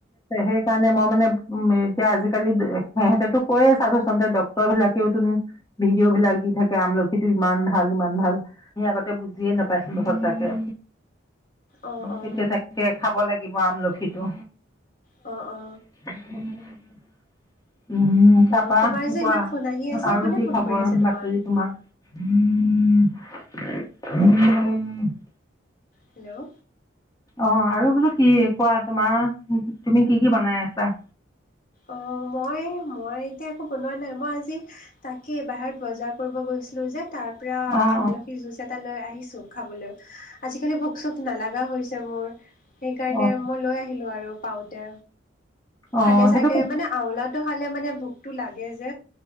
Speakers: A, on the left; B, on the left.
A: সেইকাৰণে মই মানে উম' এতিয়া আজিকালি সিহঁতেতো কৈয়ে ছাধুচোনতে ডাক্তৰ বিলাকেওচোন ভিডিঅ' বিলাক দি থাকে, আমলখিটো ইমান ভাল ইমান ভাল। আমি আগতে বুজিয়ে নাপাইছিলো সঁচাকে।
B: অ', অ',
A: তেতিয়া তাকে খাব লাগিব আমলখিটো।
B: অ', অ'।
A: <inaudible>
B: অ', তোমাৰ যে
A: কোৱা
B: ইমান ফোন আহি আছে,
A: আৰু
B: কোনে
A: কি
B: ফোন
A: খবৰ
B: কৰি আছে
A: বাতৰি
B: তোমাক।
A: তোমাৰ <unintelligible>
B: হেল্ল'।
A: অ' আৰু বোলো, কি কোৱা তোমাৰ, তুমি কি কি বনাই আছা?
B: অ', মই, মই এতিয়া একো বনোৱা নাই, মই আজি তাকে বাহিৰত বজাৰ কৰিব গৈছিলো যে, তাৰ
A: অঁ
B: আমখি
A: অঁ
B: জুছ এটা লৈ আহিছোঁ খাবলৈ, আজিকালি ভোক-চোক নলাগে। কুৱা হৈছে মোৰ, সেইকাৰণে
A: অঁ
B: মই লৈ আহিলোঁ আৰু পাওঁতে,
A: অঁ
B: খালে
A: সেইটো
B: চাগে। মানে, আমলাটো খালে মানে, ভোকটো লাগে যে।